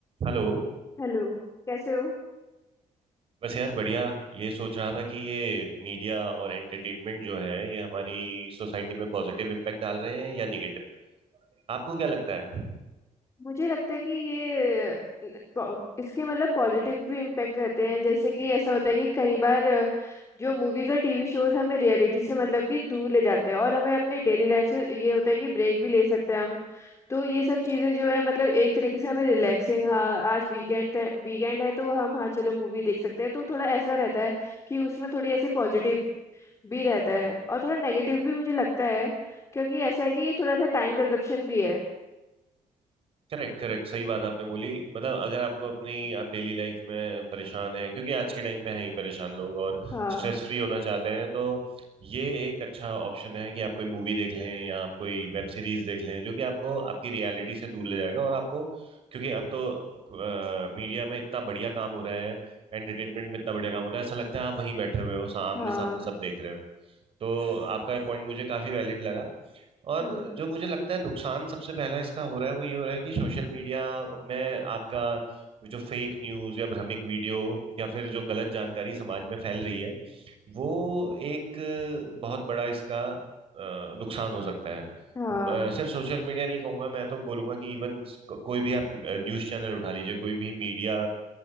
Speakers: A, on the right; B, on the left.
A: Hello
B: Hello कैसे हो
A: बस यार बढ़िया ये सोच रहा था कि ये मीडिया और एंटरटेनमेंट जो है ये हमारी सोसाइटी में पॉजिटिव इम्पैक्ट डाल रहे हैं या निगेटिव आपको क्या लगता है
B: मुझे लगता है कि ये अ, पो- इसके मतलब पॉजिटिव भी इम्पैक्ट रहते हैं जैसे कि ऐसा होता है कि कई बार अ, जो मूवीज और टीवी शोज हमें रियलिटी से मतलब कि दूर ले जाते हैं और हमें अपनी डेली लाइफ से ये होता है कि ब्रेक भी ले सकते हैं हम तो ये सब चीज़ें जो है मतलब एक तरीके से हमें रिलैक्सिंग हाँ आज वीकेंड है वीकेंड है तो हम हाँ चलो मूवी देख सकते हैं तो थोड़ा ऐसा रहता है कि उसमें थोड़ी ऐसी पॉजिटिव भी रहता है और थोड़ा नेगेटिव भी मुझे लगता है क्योंकि ऐसा है कि थोड़ा सा टाइम कंजप्शन भी है
A: Correct correct सही बात आपने बोली मतलब अगर आपको अपनी आप डेली लाइफ में परेशान हैं क्योंकि आज के टाइम पे हैं ही परेशान लोग और
B: हाँ
A: स्ट्रेस फ्री होना चाहते हैं तो ये एक अच्छा ऑप्शन है कि आप कोई मूवी देख लें या आप कोई वेब सीरीज देख लें जो कि आपको आपकी रियलिटी से दूर ले जाएगा और आपको क्योंकि अब तो मीडिया में इतना बढ़िया काम हो रहा है एंटरटेनमेंट में इतना बढ़िया काम हो रहा है ऐसा लगता है आप वहीं बैठे हुए हो सामने
B: हाँ
A: सामने सब देख रहे हो तो आपका ये पॉइंट मुझे काफी वैलिड लगा और
B: हम्म
A: जो मुझे लगता है नुकसान सबसे पहला इसका हो रहा है वो ये हो रहा है कि सोशल मीडिया में आपका जो फेक न्यूज या भ्रमिक वीडियो या फिर जो गलत जानकारी समाज में फैल रही है वो एक अ, बहुत बड़ा इसका अ, नुकसान हो सकता है अ,
B: हाँ
A: सिर्फ सोशल मीडिया नहीं कहूंगा मैं तो बोलूंगा कि इवन को, कोई भी आप न्यूज चैनल उठा लीजिए कोई भी मीडिया